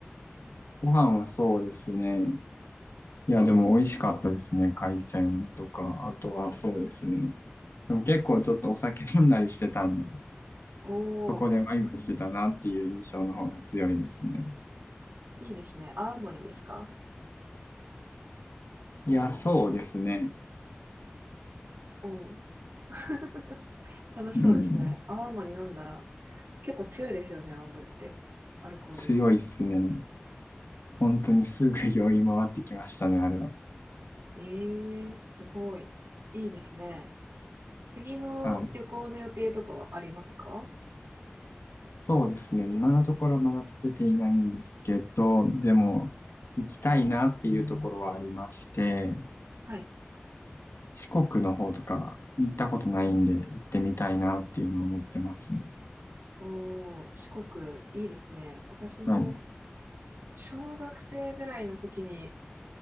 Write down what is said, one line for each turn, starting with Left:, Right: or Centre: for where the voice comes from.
Left: ご飯はそうですね。いや、でも美味しかったですね。海鮮とか、あとはそうですね。でも結構ちょっとお酒飲んだりしてたんで。
Right: お
Left: そこでワイワイしてたなっていう印象の方が強いですね。
Right: ー、いいですね。泡盛ですか
Left: いや、そうですね。
Right: おー、<laughs> 楽しそうですね。
Left: うん。
Right: 泡盛飲んだら、結構強いですよね、泡盛って。アルコール。
Left: 強いですね。本当にすぐ酔い回ってきましたね、あれは。
Right: えー、すごい。いいですね。次の旅行の予定とかはありますか
Left: はい。そうですね。今のところまだ立てていないんですけど、でも、行きたいなっていうところはありまして、
Right: はい。
Left: 四国の方とか行ったことないんで行ってみたいなっていうのを思ってますね。
Right: おー、四国、いいですね。私も、
Left: はい。
Right: 小学生ぐらいの時に、